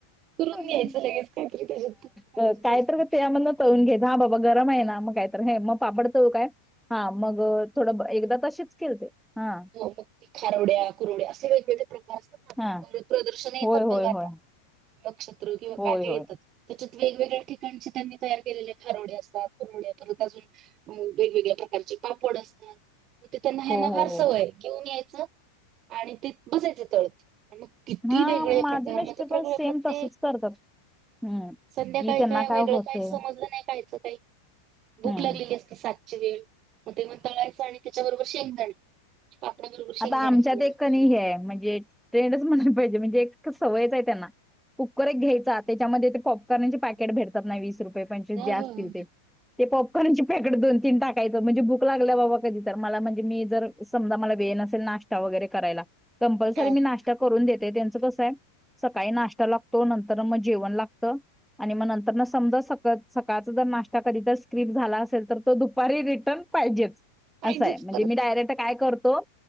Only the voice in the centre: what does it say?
आंय
कायतरी
गं तेळामधन तळून घेत हा बाबा गरम आहे ना मग काहीतर हे मग पापड तळू काय? हा मग थोडं ब एकदा तशीच केलते हा.
हा
होय होय
होय
होय
होय
हो हो
हो
हा
माझे
मिस्टर
पण सेम
तसच करतात हम्म
की त्यांना
होतय
हम्म
आता आमच्यात
एक
कणी
हे म्हणजे ट्रेंडच म्हणाले पाहिजे म्हणजे एक सवयच आहे त्यांना. कुकर एक घ्यायचा त्याच्यामध्ये ते पॉपकॉर्नचे पॅकेट भेटतात ना, वीस रुपये पंचवीस
जे असतील
ते. ते पॉप कॉन चे पॅकेट दोन तीन टाकायचं म्हणजे भूक लागल्या बाबा कधी तर मला म्ह मी जर समजा मला वेळ नसेल ना नाष्टा वैगरे करायला, कंपल्सरी
मी नाष्टा त्या करून दे त्यात त्यांचं कसं आहे सकाळी नाश्ता लागतो, नंतर मग जेवण लागत. आणि मग नंतर ना समजा स सकाळच जर नाष्टा कधी जर स्क्रिप झाला असेल तर, तो दुपारी रिटर्न पाहिजे.
असं आहे म्हणजे
मी डायरेक्ट काय करतो